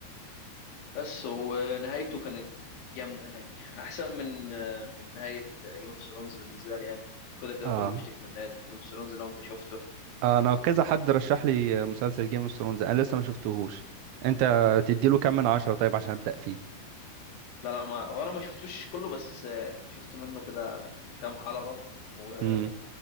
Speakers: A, on the left; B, on the right.
A: بس ونهايته كانت جامدة يعني <laughs> أحسن من من نهاية جيم اوف ثرونز بالنسبة لي يعني كده كده
B: اه
A: كله بيشتكي من نهاية جيم اوف ثرونز لو أنت شفته
B: انا كذا حد رشح لي مسلسل جيم اوف ثرونز انا لسه ما شفتهوش انت تديله كام من عشرة طيب عشان ابدا فيه
A: لا لا ما هو انا ما شفتوش كله بس آه، شفت منه كده كام حلقة و...
B: امم